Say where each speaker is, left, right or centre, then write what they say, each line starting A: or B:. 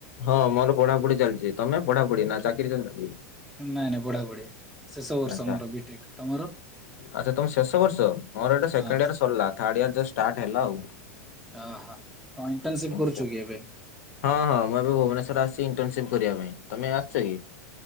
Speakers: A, on the left; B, in the centre.
A: ହଁ ମୋର ପଢ଼ାପୁଢ଼ି ଚାଲିଚି। ତମେ ପଢ଼ାପୁଢ଼ି ନାଁ ଚାକିରି ଚାଲଚି?
B: ନାଇଁ ନାଇଁ ପଢ଼ାପଢ଼ି ଶେଷ ବର୍ଷ
A: ଆଚ୍ଛା
B: ମୋର ବିଟେକ୍ ତମର?
A: ଆଚ୍ଛା ତମେ ଶେଷ ବର୍ଷ ମୋର ଏଇଟା ସେଖେଣ୍ଡ୍
B: ହଁ
A: ଇୟର୍ ସରଲା ଥାଡ଼୍ ଇୟର୍ ଯ ଷ୍ଟାର୍ଟ ହେଲା ଆଉ।
B: ଆହା କଁ ଇଣ୍ଟର୍ନସିପ୍
A: ଆଚ୍ଛା।
B: କରୁଚୁ କି ଏବେ?
A: ହଁ ହଁ ମୁଁ ଏବେ ଭୁବନେଶ୍ଵର ଆସିଚି ଇଣ୍ଟର୍ନସିପ୍ କରିବା ପାଇଁ ତମେ ଆସିଚ କି?